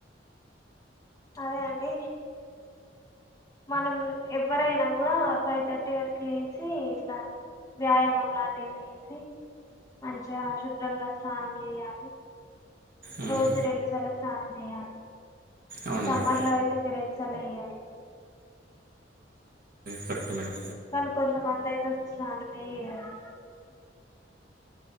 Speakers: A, on the left (about 20°); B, on the right (about 55°).
A: అదే అండి మనం ఎవ్వరైనా కూడా ఫైవ్ థర్టీ వరకు లేచి ఇట్లా వ్యాయామం లాంటివి చేసి మంచిగా శుభ్రంగా స్నానం చేయాలే
B: మ్మ్.
A: రోజు రెండు సార్లు స్నానం చేయాలి
B: అవును
A: ఈ సమ్మర్
B: మేడం
A: లో అయితే ఇంక రెండు సార్లు చేయాలి
B: కరక్ట్ మేడం
A: కానీ కొంతమంది అయితే అసలు స్నానమే చేయరు